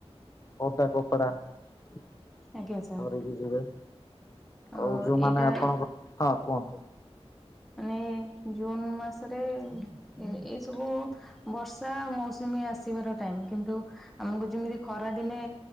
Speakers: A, on the left (about 30°); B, in the centre.
A: ଓଦା କପଡା ଧରିକି
B: ଆଜ୍ଞା ସାର୍
A: ଯିବେ।
B: ଅ
A: ଆଉ ଯୋଉମାନେ
B: ଏଇଟା
A: ଆପଣଙ୍କ ହଁ କୁହନ୍ତୁ।
B: ମାନେ ଜୁନ ମାସରେ ଏଇ ସବୁ ବର୍ଷା ମୌସୁମୀ ଆସିବାର ଟାଇମ କିନ୍ତୁ? ଆମକୁ ଯେମିତି ଖରା ଦିନେ